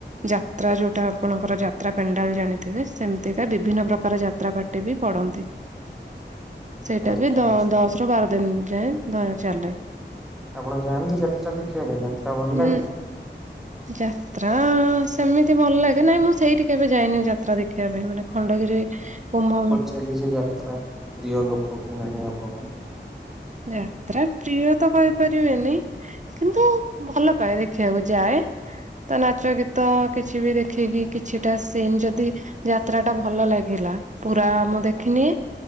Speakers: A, on the right; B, in the centre.
A: ଯାତ୍ରା ଯୋଉଟା ଆପଣଙ୍କର ଯାତ୍ରା ପେଣ୍ଡାଲ ଜାଣିଥିବେ ସେମିତିକା ବିଭିନ୍ନ ପ୍ରକାର ଯାତ୍ରା ପାଟି। ଗୋଟେ ବି ପଡ଼ନ୍ତି।
B: <inaudible>
A: ସେଇଟା ବି ଦ
B: ଆଚ୍ଛା
A: ଦଶରୁ ବାର ଦିନ ଯାଏଁ ଧର ଚାଲେ।
B: ଆପଣ ଯାଆନ୍ତି ଯାତ୍ରା ଦେଖିବା ପାଇଁ ଯାତ୍ରା? ଭଲ
A: ହୁଁ।
B: ଲାଗେ?
A: ଯାତ୍ରା ସେମିତି ଭଲ ଲାଗେ ନାଇଁ ମୁଁ ସେଇଠି କେବେ ଯାଇନି ଯାତ୍ରା ଦେଖିବା ପାଇଁ ମାନେ ଖଣ୍ଡଗିରି କୁମର
B: ଚାଲିଛି ଯାତ୍ରା ପ୍ରିୟ ଲୋକ କି ନାହିଁ ଆପଣ।
A: ଯାତ୍ରା ପ୍ରିୟ ତ କହିପାରିବେନି କିନ୍ତୁ ଭଲ ପାଇବେ। ଦେଖିବାକୁ ଯାଏ ତ ନାଚ ଗୀତ କିଛି ବି ଦେଖିକି କିଛିଟା ସିନ୍ ଯଦି ଯାତ୍ରା ଟା ଭଲ ଲାଗିଲା ପୁରା ମୁଁ ଦେଖିନି।